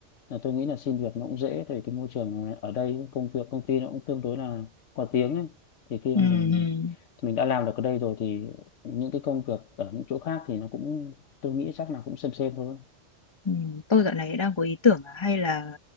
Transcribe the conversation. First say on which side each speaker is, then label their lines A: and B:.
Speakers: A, on the left (about 80°); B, on the left (about 25°).
A: là tôi nghĩ là xin việc nó cũng dễ tại vì cái môi trường ở đây công việc công ty nó cũng tương đối là có tiếng ấy thì khi
B: Ừ,
A: mà mình
B: ừ,
A: mình đã làm được ở đây rồi thì những cái công việc ở những chỗ khác thì nó cũng tôi nghĩ chắc là cũng xem xem thôi
B: ừ. Tôi dạo này đang có ý tưởng là hay là